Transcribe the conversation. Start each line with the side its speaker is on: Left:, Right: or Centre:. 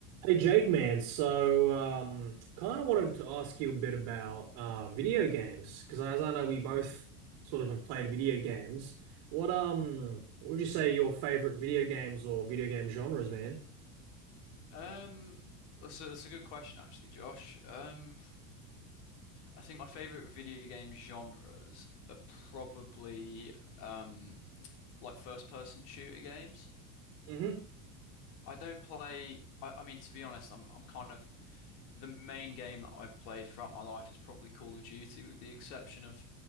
Right: Hey Jake, man. So, um, kind of wanted to ask you a bit about uh, video games because, as I know, we both sort of have played video games. What um, what would you say your favorite video games or video game genres, man?
Left: Um, that's a, that's a good question, actually, Josh. Um, I think my favorite video game genres are probably um, like first-person shooter games.
Right: Mm-hmm.
Left: I don't play. I, I mean, to be honest, I'm I'm kind of the main game that I've played throughout my life is probably Call of Duty, with the exception of